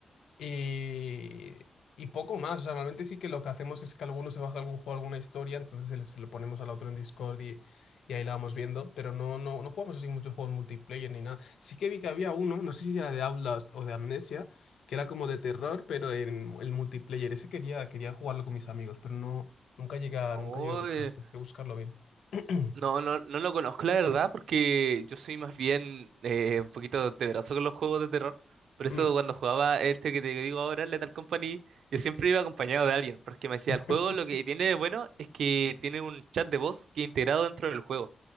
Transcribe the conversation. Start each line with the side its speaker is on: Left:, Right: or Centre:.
Left: Y, y poco más. O sea, normalmente sí que lo que hacemos es que alguno se baja algún juego, alguna historia, entonces se, le- se lo ponemos al otro en Discord y, y ahí la vamos viendo. Pero no, no, no jugamos así muchos juegos multiplayer ni nada. Sí que vi que había uno, no sé si era de Outlast o de Amnesia, que era como de terror, pero en el multiplayer. Ese quería, quería jugarlo con mis amigos, pero no, nunca llegué a,
Right: Uy,
Left: nunca llegué a buscar, a buscarlo bien. <clears throat>
Right: No, no, no lo conozco, la verdad, porque yo soy más bien eh, un poquito temeroso con los juegos de terror. Por eso
Left: Mm.
Right: cuando jugaba este que te digo ahora, el Lethal Company, yo siempre iba acompañado de alguien, porque me decía,
Left: <laughs>
Right: el juego lo que tiene de bueno es que tiene un chat de voz que es integrado dentro del juego.